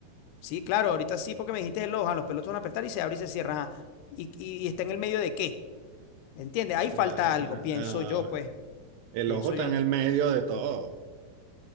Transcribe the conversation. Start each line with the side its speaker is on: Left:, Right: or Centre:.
Left: Sí, claro, ahorita sí, porque me dijiste el ojo, los pelos van a apretar y se abre y se cierra. ajá. ¿Y, y, y está en el medio de qué? ¿Entiendes? Ahí falta
Right: Ah,
Left: algo, pienso yo, pues,
Right: El
Left: pienso
Right: ojo está
Left: yo.
Right: en el medio de todo.